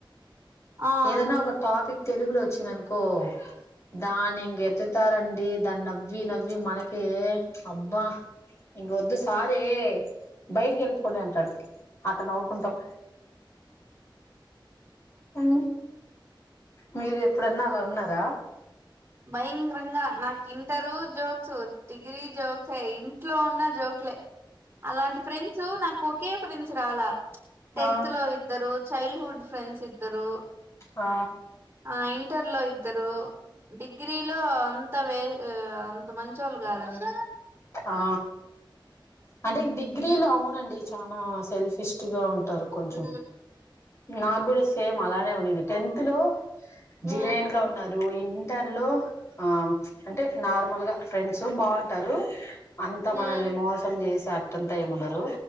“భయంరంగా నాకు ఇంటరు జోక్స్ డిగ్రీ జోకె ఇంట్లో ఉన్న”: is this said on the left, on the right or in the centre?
Right